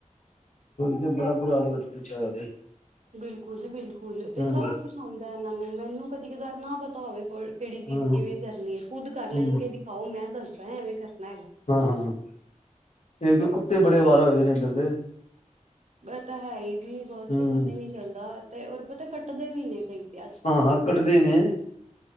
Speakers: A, on the left; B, on the right.
A: ਤੇ ਬੜਾ ਬੁਰਾ ਹਾਲ ਬੱਚਿਆਂ ਦਾ ਤੇ।
B: ਬਿਲਕੁਲ ਜੀ ਬਿਲਕੁਲ ਤੇ
A: ਹੂੰ
B: ਸਭ ਕੁਛ ਆਉਂਦਾ ਇਹਨਾਂ ਨੂੰ ਮੈਨੂੰ ਕਦੀ ਕਦਾਰ ਨਾ ਪਤਾ ਹੋਵੇ ਵਰ ਕਿਹੜੀ ਚੀਜ਼
A: ਹੂੰ
B: ਕਿਵੇਂ ਕਰਨੀ ਹੈ ਖੁੱਦ ਕਰ
A: ਹੂੰ
B: ਲੈਣਗੇ ਦਿਖਾਓ ਮੈਂ ਦੱਸਦਾ ਐਵੇਂ ਕਰਨਾ ਹੈਗਾ।
A: ਹਾਂ ਹਾਂ ਇਹ ਕੁਤੇ ਬੜੇ ਅਵਾਰਾ ਹੋਏ ਦੇ ਨੇ ਇਧਰ ਤੇ
B: ਇਹ ਤਾਂ ਹੈ ਹੀ ਜੀ ਬਸ
A: ਹੂੰ
B: ਪਤਾ ਹੀ ਨਹੀਂ ਚੱਲਦਾ ਤੇ ਰ ਪਤਾ ਕਟਦੇ ਵੀ ਨੇ ਕਈ। ਤੇ ਅੱਜ
A: ਹਾਂ
B: ਕੱਲ
A: ਹਾਂ ਕਟਦੇ ਨੇ